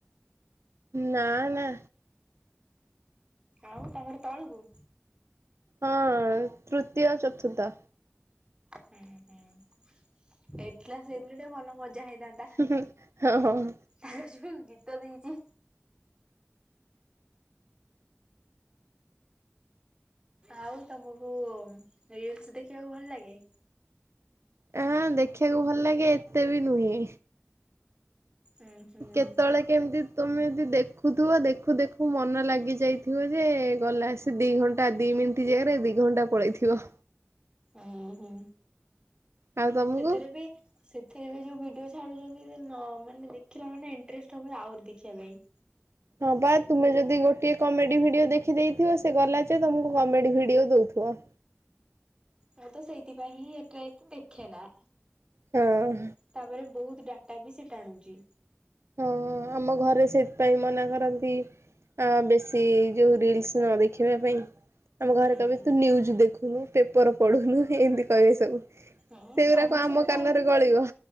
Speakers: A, on the right; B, on the right.
A: ନା ନା।
B: ଆଉ ତାଙ୍କର ତଳକୁ।
A: ହଁ ତୃତୀୟ ଚତୁର୍ଥ
B: ହୁଁ ହୁଁ, ଏଇଟ କ୍ଲାସ ହେଇଥିଲେ, ଟିକେ ଭଲ ମଜା ହେଇଥାନ୍ତା।
A: ହୁଁ ହୁଁ ହଁ ହଁ ହଁ
B: ତାର ଯୋଉ ଗୀତ ଦେଇଛି? ଆଉ ତମକୁ ରିଲସ ଦେଖିବାକୁ ଭଲ ଲାଗେ?
A: ହଁ ଦେଖିବାକୁ ଭଲ ଲାଗେ, ଏତେ ବି ନୁହେଁ।
B: ଉଁ ହୁଁ
A: କେତେବେଳେ କେମିତି ତୁମେ ଯଦି ଦେଖୁଥିବ, ଦେଖୁ ଦେଖୁ ମନ ଲାଗି ଯାଇଥିବ ଯେ ଗଲା ଆସ ସେ ଦି ଘଣ୍ଟା ଦି ମିନିଟ୍ ଜାଗାରେ ଦି ଘଣ୍ଟା ପଳେଇଥିବ
B: ହୁଁ ହୁଁ,
A: ଆଉ ତମକୁ?
B: ସେଥିରେ ବି ସେଥିରେ ବି ଯୋଉ ଭିଡିଓ ଛାଡୁଛନ୍ତି ନ ମାନେ ଦେଖିଲା ମାନେ ଇଣ୍ଟରେଷ୍ଟ ହବ ଆହୁରି ଦେଖିବା ପାଇଁ।
A: ହଁ ପା, ତୁମେ ଯଦି ଗୋଟିଏ କମେଡି ଭିଡିଓ ଦେଖିଦେଇଥିବ ସେ ଗଲା ଯେ ତମକୁ କମେଡି ଭିଡିଓ ଦଉଥିବ।
B: ମୁଁ ତ ସେଇଥିପାଇଁ ହିଁ ଏଟା ଏତେ ଦେଖେ ନା।
A: ହଁ ଅ
B: ତାପରେ ବହୁତ ଡାଟା ବି ସେ ଟାଣୁଚି।
A: ହଁ ଆମ ଘରେ ସେଥିପାଇଁ ମନା କରନ୍ତି ଆ ବେଶୀ ଯୋଉ ରିଲ୍ସ ନ ଦେଖିବା ପାଇଁ। ଆମ ଘରେ
B: ହୁଁ।
A: କହିବେ ତୁ ନ୍ୟୁଜ ଦେଖୁନୁ, ପେପର ପଢୁନୁ ଏମତି କହିବେ ସବୁ।
B: ହୁଁ
A: ଏଗୁରା
B: ସମସ୍ତଙ୍କ
A: କଣ ଆମ
B: ଘରେ
A: କାନରେ
B: ବି
A: ଗଳିବ।